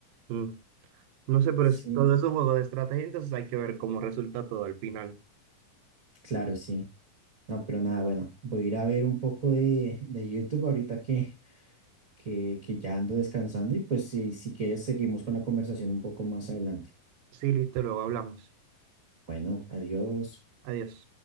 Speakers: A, on the right (about 75°); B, on the right (about 55°).
A: Mm, No sé, pero
B: Sí,
A: es, todo es un juego de estrategia, entonces hay que ver cómo resulta todo al final.
B: claro, sí. No, pero nada, bueno, voy a ir a ver un poco de, de YouTube ahorita que, que, que ya ando descansando y pues si, si quieres seguimos con la conversación un poco más adelante.
A: Sí, listo, luego hablamos.
B: Bueno, adiós.
A: Adiós.